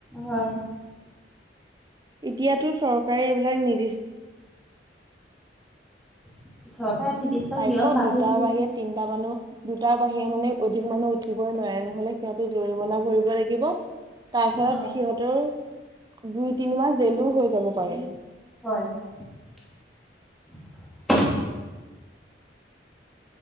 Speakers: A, in the centre; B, on the right.
A: হয়।
B: এতিয়া টো চৰ- তাৰে এইবিলাক নিদিষ্ট
A: <unintelligible>
B: বাইকত
A: নিয়ম বান্ধি
B: দুটাৰ
A: দিয়ে।
B: বাহিৰে তিনটা মানুহ দুটাৰ বাহিৰে মানে অধিক মানুহ উঠিবই নোৱাৰে নহলে সিহঁতো জৰিমনা ভৰিব লাগিব। তাৰ ফলত
A: হয়
B: সিহঁতৰ দুই তিনি মাহ জেলোও হৈ যাব পাৰে। <inaudible>
A: হয় <inaudible>